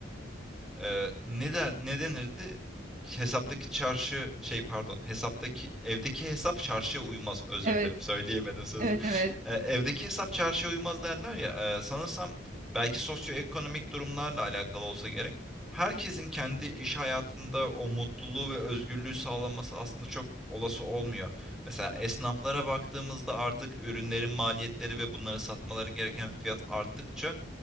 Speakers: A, in the centre; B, on the right.
A: Eee, ne der ne denirdi? Hesaptaki çarşı şey pardon, hesaptaki evdeki hesap çarşıya uymaz. Özür
B: Evet,
A: dilerim söyleyemedim sözü.
B: evet, evet.
A: <laughs> Eee, evdeki hesap çarşıya uymaz derler ya. eee, sanırsam belki sosyoekonomik durumlarla alakalı olsa gerek. Herkesin kendi iş hayatında o mutluluğu ve özgürlüğü sağlaması aslında çok olası olmuyor. Mesela esnaflara baktığımızda artık ürünlerin maliyetleri ve bunları satmaları gereken fiyat arttıkça